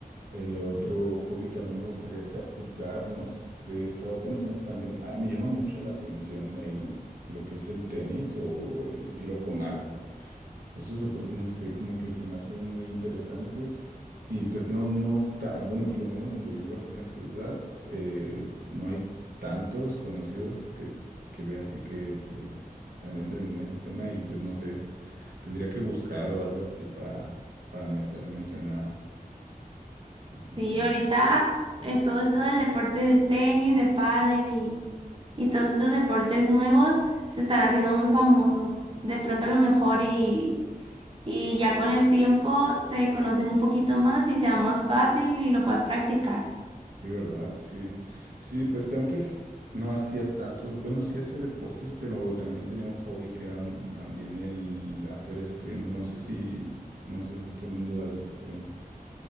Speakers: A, on the right (about 80°); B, on the right (about 35°).
A: eh, otro hobby que a mí me gustaría practicar, no sé, estaba pensando también, ah, me llama mucho la atención el, lo que es el tenis o el tiro con arco. Esos deportes, no sé, como que se me hacen muy interesantes. Y pues no, no, ta- bueno, por lo menos donde vivo aquí en la ciudad, eh, no hay tantos conocidos que, que vea así que se, se adentren en ese tema y pues no sé, tendría que buscar o algo así para, para meterme a entrenar. Sí, sí,
B: sí,
A: sí.
B: ahorita eh, todo esto del deporte del tenis, de pádel y y todos estos deportes nuevos se están haciendo muy famosos. De pronto a lo mejor y, y ya con el tiempo se conocen un poquito más y sea más fácil y lo puedas practicar.
A: Sí, ¿verdad? Sí. Sí, pues antes no hacía tanto, bueno, sí hacía deportes, pero también tenía un hobby que era mm, también el hacer stream. No sé si conoces este mundo de los streams.